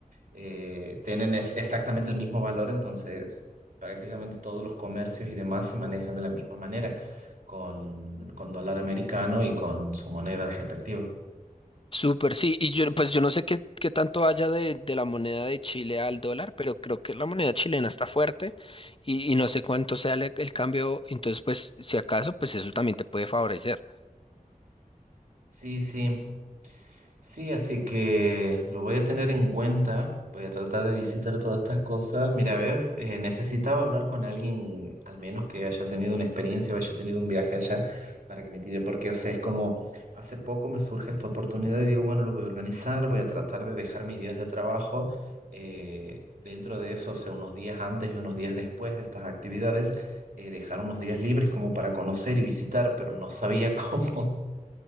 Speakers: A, on the right; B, on the left.
A: eh, tienen es- exactamente el mismo valor, entonces prácticamente todos los comercios y demás se manejan de la misma manera, con, con dólar americano y con su moneda respectiva.
B: Súper, sí. Y yo, pues yo no sé qué, qué tanto haya de, de la moneda de Chile al dólar, pero creo que la moneda chilena está fuerte y, y no sé cuánto sea el, el cambio. Entonces, pues, si acaso, pues eso también te puede favorecer.
A: Sí, sí. Sí, así que lo voy a tener en cuenta. Voy a tratar de visitar todas estas cosas. Mira, ves, eh, necesitaba hablar con alguien, al menos que haya tenido una experiencia o haya tenido un viaje allá, para que me tire, porque, o sea, es como, hace poco me surge esta oportunidad y digo, bueno, lo voy a organizar, voy a tratar de dejar mis días de trabajo eh, dentro de eso, o sea, unos días antes y unos días después de estas actividades, eh, dejar unos días libres como para conocer y visitar, pero no sabía cómo,